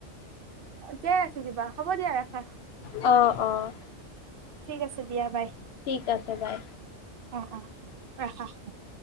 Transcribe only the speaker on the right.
জীয়াই আছো দিবা হ'ব দিয়া ৰাখা।
ঠিক আছে দিয়া বাই।
অ অ ৰাখা ।